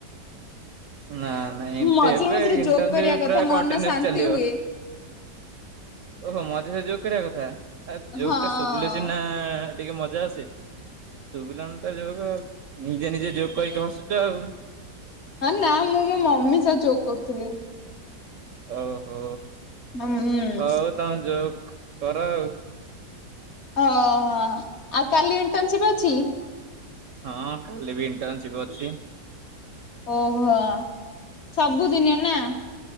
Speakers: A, on the right (about 60°); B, on the left (about 40°).
A: ନା ନାଇଁ ଏବେ
B: ମଝିରେ
A: ଏବେ
B: ମଝିରେ
A: ଇନ୍ଟନ୍ସିପ
B: ଜୋକ୍ କରିବା କଥା
A: ପୁରା
B: ମନ
A: କଣ୍ଟିନୁଏସ
B: ଶାନ୍ତି
A: ଚାଲିବ।
B: ହୁଏ।
A: ଓହୋ ମଝିରେ ଯୋକ୍ କରିବା କଥା ଆ ଯୋକ୍
B: ହଁ
A: ଟା ଶୁଭିଲେ ସିନା ଟିକେ ମଜା ଆସେ ଶୁଭିଲାନି ତ ଯୋକ୍ ଆଉ ନିଜେ ନିଜେ ଯୋକ୍ କରିକି ହସୁଛ ଆଉ।
B: ହଁ ନା ମୁଁ ମୋ ମମି ସହ ଯୋକ୍ କରୁଥିଲି।
A: ଓହୋ।
B: ହୁଁ।
A: ହଉ ତମେ ଜୋକ୍ କର ଆଉ।
B: ଓ ହୋ ଆଉ କାଲି ଇଣ୍ଟର୍ନସିପ ଅଛି?
A: ହଁ କାଲି ବି ଇଣ୍ଟର୍ନସିପ୍ ଅଛି।
B: ଓହୋ ସବୁଦିନିଆ ନା।